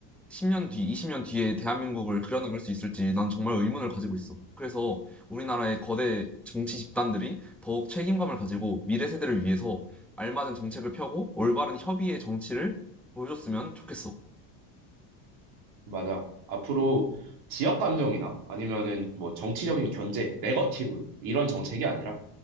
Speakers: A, in the centre; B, on the right (about 65°).
A: 10년 뒤, 20년 뒤에 대한민국을 그려나갈 수 있을지 난 정말 의문을 가지고 있어. 그래서 우리나라의 거대 정치 집단들이 더욱 책임감을 가지고 미래 세대를 위해서 알맞은 정책을 펴고 올바른 협의의 정치를 보여줬으면 좋겠어.
B: 맞아. 앞으로 지역 감정이나 아니면은 뭐 정치적인 견제, 네거티브 이런 정책이 아니라